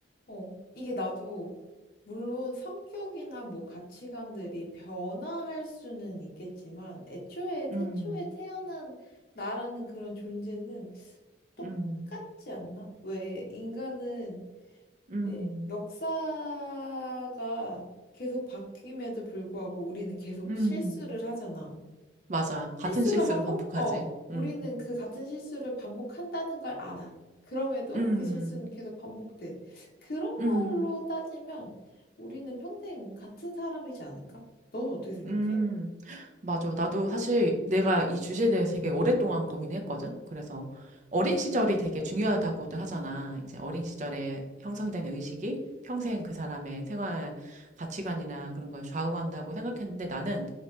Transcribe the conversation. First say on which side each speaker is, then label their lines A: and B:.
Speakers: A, on the left; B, on the right.
A: 어, 이게 나도 물론 성격이나 뭐 가치관들이 변화할 수는 있겠지만 애초에 태초에
B: 음,
A: 태어난 나라는 그런 존재는 똑같지
B: 음,
A: 않나? 왜 인간은
B: 음,
A: 내 역사가 계속 바뀜에도 불구하고 우리는 계속
B: 음,
A: 실수를 하잖아.
B: 맞아.
A: 실수를
B: 같은 실수를
A: 하고,
B: 반복하지.
A: 어,
B: 음,
A: 우리는 그 같은 실수를 반복한다는 걸 알아. 그럼에도
B: 음,
A: 그 실수는 계속 반복돼. 그런
B: 음.
A: 걸로 따지면 우리는 평생 같은 사람이지 않을까? 너는 어떻게 생각해?
B: 음, 맞아. 나도 사실 내가 이 주제에 대해서 되게 오랫동안 고민했거든. 그래서 어린 시절이 되게 중요하다고들 하잖아. 이제 어린 시절에 형성되는 의식이 평생 그 사람의 생활 가치관이나 그런 걸 좌우한다고 생각했는데 나는